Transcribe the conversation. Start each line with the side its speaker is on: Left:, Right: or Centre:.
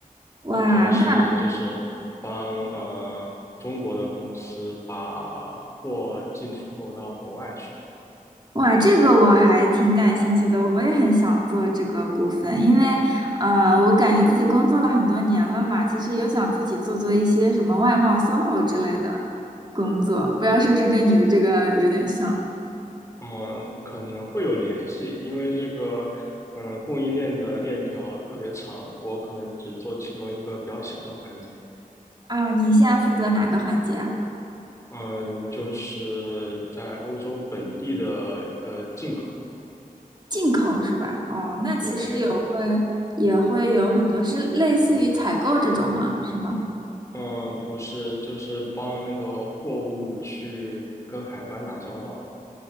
Right: 哇，
Left: 我主要是就是帮呃中国的公司把货进出口到国外去。
Right: 那。哇，这个我还挺感兴趣的，我也很想做这个部分，因为，呃，我感觉自己工作了很多年了嘛，其实有想自己做做一些什么外贸、SOHO 之类的工作，不知道是不是跟你的这个有点像
Left: 嗯，可能会有联系，因为这个，嗯，供应链的链条特别长，我可能只做其中一个比较小的环节。
Right: 啊？你现在负责哪个环节啊？
Left: 嗯，就是在欧洲本地的呃进口，
Right: 进口是吧？哦，那其实有会也会有很多是类似于采购这种吗？
Left: 对，
Right: 是吗？
Left: 嗯，不是，就是帮那个货物去跟海关打交道，